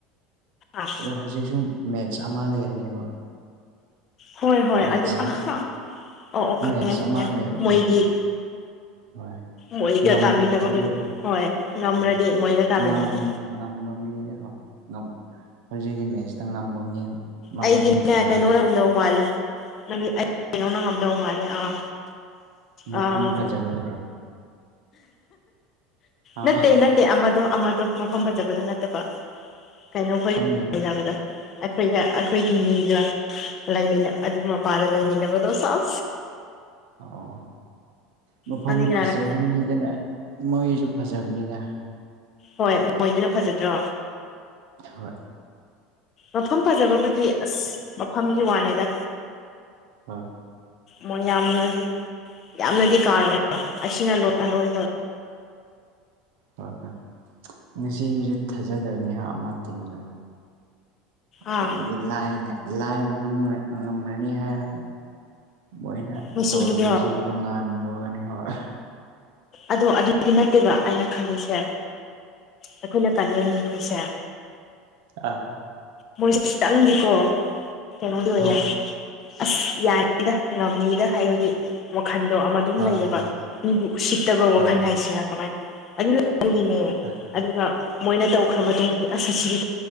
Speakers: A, on the left; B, on the right.
A: ꯑꯥ
B: ꯑꯗꯣ ꯍꯧꯖꯤꯛꯁꯨ ꯃꯦꯠꯁ ꯑꯃ ꯂꯩꯔꯤꯕ
A: ꯍꯣꯏ ꯍꯣꯏ
B: ꯃꯦꯠꯁ
A: ꯑꯗꯣ ꯑ ꯍꯥ ꯑꯣꯑꯣ ꯈꯪꯉꯦ
B: ꯃꯦꯠꯁ
A: ꯈꯪꯉꯦ
B: ꯑꯃ ꯂꯩꯕꯗ
A: ꯃꯣꯏꯒꯤ
B: ꯍꯣꯏ
A: ꯃꯣꯏꯒ
B: ꯉꯝ
A: ꯇꯥꯃꯤꯟꯅꯕ
B: ꯑꯗꯨ
A: ꯑꯩꯈꯣꯏ ꯍꯣꯏ ꯉꯝꯃ꯭ꯔꯗꯤ
B: ꯑ
A: ꯃꯣꯏꯒ ꯇꯥꯃꯤꯟꯅꯅꯤ
B: ꯉꯝ ꯉꯝꯕ ꯃꯤꯅꯤ ꯀꯣ ꯉꯝ ꯍꯧꯖꯤꯛꯀꯤ ꯃꯦꯠꯁꯇ ꯉꯝꯕ ꯃꯤ ꯃꯕꯥꯅꯤ
A: ꯑꯩꯗꯤꯅꯦ
B: ꯊꯦꯡꯅꯗꯣꯏꯅꯦꯕ
A: ꯀꯩꯅꯣ ꯅ ꯉꯝꯗꯧ ꯃꯥꯜꯂꯦ ꯅꯪꯗꯤ ꯑꯩ ꯀꯩꯅꯣ ꯅꯉꯝꯗꯧ ꯃꯥꯜꯂꯦ ꯑꯥ
B: ꯃꯐꯝ
A: ꯑꯥ
B: ꯐꯖꯕꯗꯨꯔꯣ ꯑꯥ
A: ꯅꯠꯇꯦ ꯅꯠꯇꯦ ꯑꯃꯗꯣ ꯑꯃꯗꯣ ꯃꯐꯝ ꯐꯖꯕ ꯅꯠꯇꯕ ꯀꯩꯅꯣ ꯈꯣꯏꯒꯅꯕꯗꯣ
B: ꯈꯪꯗꯦꯗ
A: ꯑꯩꯈꯣꯏꯒ ꯑꯩꯈꯣꯏꯒꯤ ꯃꯤꯒ ꯂꯩꯃꯤꯟꯅ ꯑꯗꯨ ꯃꯄꯥꯗ ꯂꯩꯃꯤꯟꯅꯕꯗꯣ ꯁꯥꯥꯎ
B: ꯑꯣ ꯃꯐꯝ
A: ꯅꯪꯗꯤ ꯀꯅꯥꯅ
B: ꯐꯖꯕ ꯃꯤꯗꯅ ꯃꯣꯏꯁꯨ ꯐꯖ ꯖꯝꯅꯤꯅ
A: ꯍꯣꯏ ꯃꯣꯏꯗꯨꯅ ꯐꯖꯗ꯭ꯔꯣ
B: ꯍꯣꯏ
A: ꯃꯐꯝ ꯐꯥꯖꯕꯕꯨꯗꯤ ꯑꯁ ꯃꯐꯝ ꯋꯥꯅꯦꯗ
B: ꯍꯣꯏ
A: ꯃꯌꯥꯝꯅꯗꯤ ꯌꯥꯝꯅꯗꯤ ꯀꯥꯔ ꯑꯣꯏꯕ ꯑꯁꯤꯅ ꯑꯣꯏꯕ
B: ꯍꯣꯏ ꯍꯣꯏ ꯉꯁꯤꯒꯤꯁꯨ ꯊꯥꯖꯗꯕꯅꯤꯍꯥ ꯑꯃ ꯇꯤꯝꯗꯣ
A: ꯑꯥ
B: ꯑꯩꯗꯤ ꯂꯥꯏꯅ ꯂꯥꯏꯅ ꯉꯝ ꯉꯝꯈ꯭ꯔꯅꯤ ꯍꯥꯏꯔꯒ ꯃꯣꯏꯅ
A: ꯉꯁꯤꯒꯤꯗꯣ
B: ꯇꯧꯔꯛꯄꯁꯤ ꯇꯣꯉꯥꯟꯕꯋꯥꯅꯤ ꯍꯣꯏ
A: ꯑꯗꯣ ꯑꯗꯨꯗꯤ ꯅꯠꯇꯦꯕ ꯑꯩꯅ ꯈꯜꯂꯤꯁꯦ ꯑꯩꯈꯣꯏꯅ ꯀꯟꯕꯃꯤꯈꯣꯏꯁꯦ
B: ꯑ
A: ꯃꯣꯏꯁꯦ ꯈꯤꯇꯪꯗꯤꯀꯣ ꯀꯩꯅꯣꯗꯤ ꯑꯣꯏꯌꯦ
B: ꯍꯣꯏ
A: ꯑꯁ ꯌꯥꯅꯤꯗ ꯉꯝꯅꯤꯗ ꯍꯥꯏꯕꯒꯤ ꯋꯥꯈꯟꯗꯣ ꯑꯃ ꯑꯗꯨꯝ
B: ꯍꯣꯏ
A: ꯂꯩꯌꯦꯕ
B: ꯍꯣꯏ ꯍꯣꯏ
A: ꯃꯤꯕꯨ ꯠꯇꯕ
B: ꯍꯣꯏ
A: ꯋꯥꯈꯜ ꯍꯥꯏꯁꯦ ꯀꯃꯥꯏꯅ ꯑꯗꯨ ꯑꯩꯒꯤꯅꯦ
B: ꯍꯣꯏ
A: ꯑꯗꯨꯒ ꯃꯣꯏꯅ ꯇꯧꯈ꯭ꯔ ꯃꯇꯨꯡꯗꯗꯤ ꯑ ꯑꯁꯤꯗꯤ